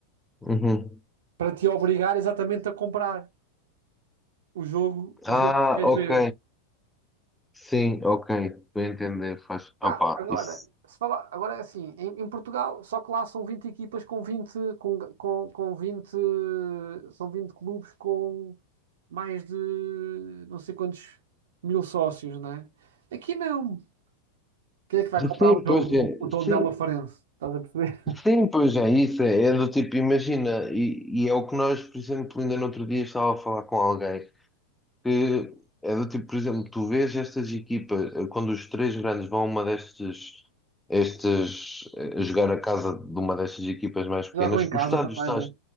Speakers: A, in the centre; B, on the right.
A: uhum.
B: Para te obrigar exatamente a comprar. O jogo,
A: Ah,
B: o jogo que queres
A: ok.
B: ver.
A: Sim, ok. Estou a entender. Faz. Opá,
B: Pá, agora,
A: isso.
B: se falar, agora é assim, em, em Portugal, só que lá são 20 equipas com 20 com, com, com 20 são 20 clubes com mais de não sei quantos mil sócios, né? Aqui não. Quem é que vai comprar
A: Sim,
B: o jogo?
A: pois é.
B: O Tondela
A: Sim,
B: Farense, estás a perceber?
A: sim, pois é. Isso é, é do tipo, imagina. E, e é o que nós, por exemplo, ainda no outro dia estava a falar com alguém. Que é do tipo, por exemplo, tu vês estas equipas, eh, quando os três grandes vão a uma destes. Estes, eh, jogar a casa de uma destas equipas
B: <laughs>
A: mais pequenas,
B: Jogam em casa
A: o estádio
B: também,
A: está
B: né?